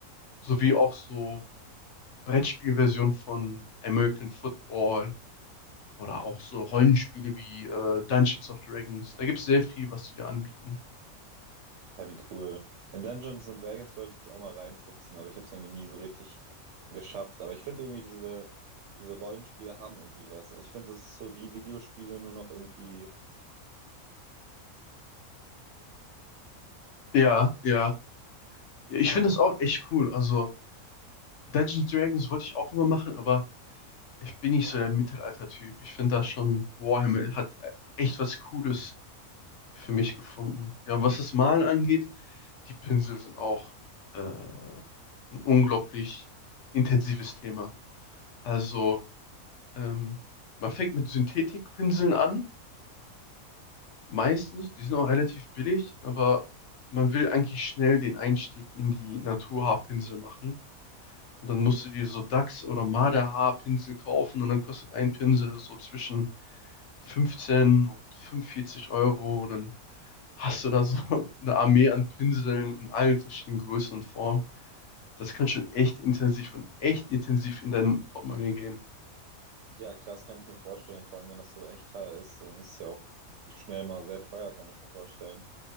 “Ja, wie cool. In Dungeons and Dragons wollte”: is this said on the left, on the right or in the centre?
Right